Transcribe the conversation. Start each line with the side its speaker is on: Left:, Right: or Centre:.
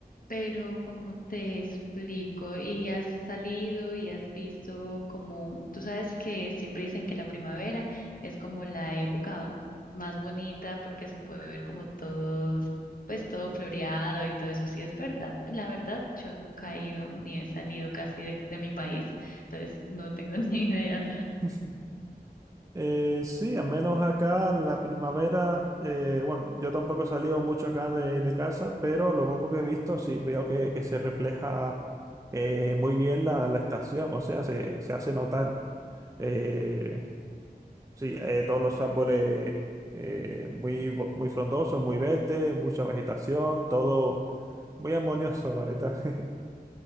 Left: Pero como te explico, y has salido y has visto como, tú sabes que siempre dicen que la primavera es como la época más bonita porque se puede ver como todos, pues todo floreado y todo eso, sí es verdad. La verdad, yo nunca he ido ni he salido casi de, de mi país, entonces no tengo <laughs> ni idea.
Right: Ujú. Eh, sí, al menos acá la primavera, eh, bueno, yo tampoco he salido mucho acá de, de casa, pero lo poco que he visto sí veo que, que se refleja eh, muy bien la, la estación, o sea, se, se hace notar. Eh, Sí, eh, todos los árboles eh, muy, vo- muy frondosos, muy verdes, mucha vegetación, todo muy armonioso, la verdad. <laughs>